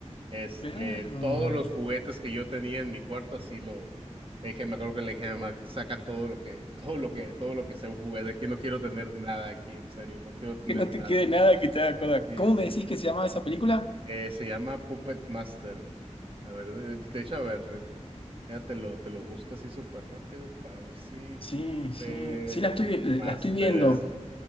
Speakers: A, on the right; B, on the left.
A: Este,
B: Claro.
A: todos los juguetes que yo tenía en mi cuarto, así le dije, me acuerdo que le dije a mi mamá, saca todo lo que, todo lo que, todo lo que sea un juguete aquí, no quiero tener nada aquí, en serio, no quiero tener
B: Que no te
A: nada.
B: quede nada que te haga acordar.
A: Sí,
B: ¿Cómo
A: sí,
B: me decís
A: sí.
B: que se llamaba esa película?
A: Eh, se llama Puppet Master. A ver, de, de hecho, a ver, ya te lo, te lo busco así súper rápido para ver si
B: Sí,
A: Puppet
B: sí, sí la estoy, la
A: Master.
B: estoy viendo.